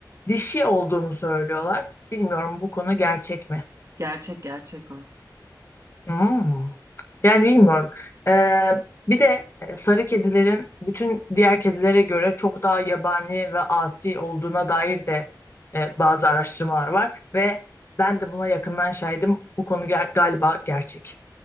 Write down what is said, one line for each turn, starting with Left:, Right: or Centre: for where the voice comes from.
Left: dişi olduğunu söylüyorlar. Bilmiyorum bu konu gerçek mi?
Right: Gerçek gerçek o.
Left: Hmm. Yani bilmiyorum. Ee, bir de e, sarı kedilerin bütün diğer kedilere göre çok daha yabani ve asi olduğuna dair de e, bazı araştırmalar var ve ben de buna yakından şahidim. Bu konu ger- galiba gerçek.